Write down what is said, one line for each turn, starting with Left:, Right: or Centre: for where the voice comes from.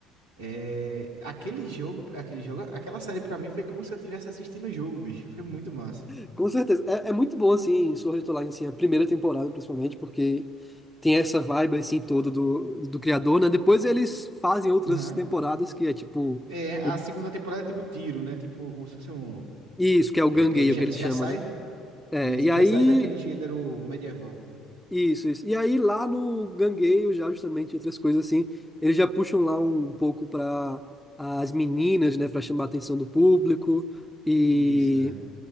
Right: é... aquele jogo, aquele jogo, aquela série pra mim foi como se eu estivesse assistindo o jogo, bicho. Foi muito massa.
Centre: <laughs> Com certeza. É, é muito bom, assim, Sword Art Online, assim, a primeira temporada, principalmente, porque tem essa vibe, assim, toda do, do criador, né? Depois eles fazem outras
Right: Aham.
Centre: temporadas que é tipo...
Right: É, a
Centre: O,
Right: segunda temporada é tipo tiro, né? Tipo, como se fosse um.
Centre: isso, que é o
Right: É,
Centre: Gangueio,
Right: é, já,
Centre: que ele
Right: já
Centre: chama,
Right: sai?
Centre: né? É,
Right: Isso,
Centre: e aí
Right: já sai daquele gênero medieval.
Centre: Isso, isso. E aí lá no Gangueio, já justamente outras coisas assim, eles já puxam lá um pouco para as meninas, né, para chamar a atenção do público e
Right: Isso, é.